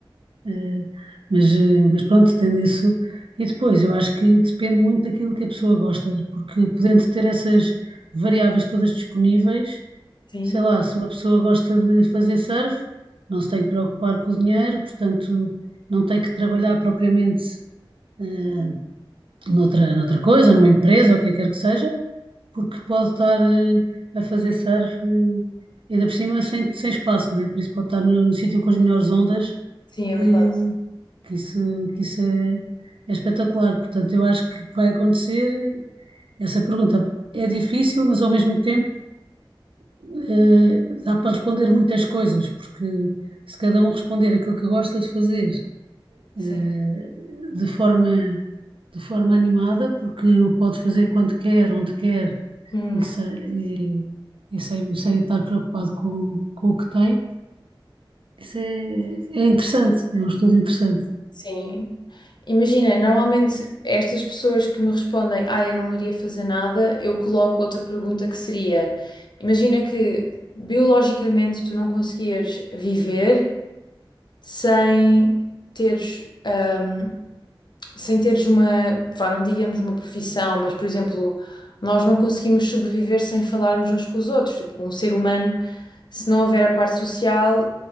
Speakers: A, on the right (about 75°); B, on the left (about 55°).
A: Eh, mas, eh, mas pronto, tendo isso. E depois, eu acho que depende muito daquilo que a pessoa gosta, porque podendo ter essas variáveis todas disponíveis,
B: Sim,
A: sei lá, se uma pessoa gosta de fazer surf, não se tem que preocupar com o dinheiro, portanto, não tem que trabalhar propriamente. eh, noutra, noutra coisa, numa empresa, ou o que quer que seja, porque pode estar eh, a fazer surf, eh, ainda por cima, sem, sem espaço, não é? Por isso pode estar num sítio com as melhores ondas,
B: sim,
A: que,
B: é verdade.
A: que isso, que isso é, é espetacular. Portanto, eu acho que vai acontecer essa pergunta. É difícil, mas ao mesmo tempo eh, dá para responder muitas coisas, porque se cada um responder aquilo que gosta de fazer
B: Sim.
A: eh, de forma, de forma animada, porque o pode fazer quando quer, onde quer
B: Hum,
A: e, sem, e, e sem, sem estar preocupado com, com o que tem. Isso é, é interessante, é um estudo interessante.
B: sim. Imagina, normalmente estas pessoas que me respondem, ah, eu não iria fazer nada, eu coloco outra pergunta que seria: imagina que biologicamente tu não conseguias viver sem teres. hum, sem teres uma, pá, não digamos uma profissão, mas por exemplo, nós não conseguimos sobreviver sem falarmos uns com os outros. Tipo, um ser humano, se não houver a parte social,